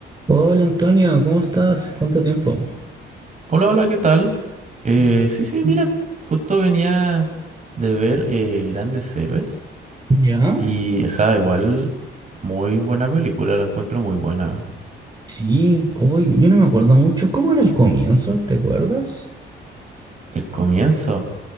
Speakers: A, on the right; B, on the right.
A: Hola Antonio, ¿cómo estás? ¿Cuánto tiempo?
B: Hola, hola, ¿qué tal? Eh, sí, sí, mira, justo venía de ver eh, Grandes Héroes
A: ¿Ya?
B: y, o sea, igual, muy buena película, la encuentro muy buena.
A: Sí, uy, yo no me acuerdo mucho. ¿Cómo era el comienzo? ¿Te acuerdas?
B: El comienzo,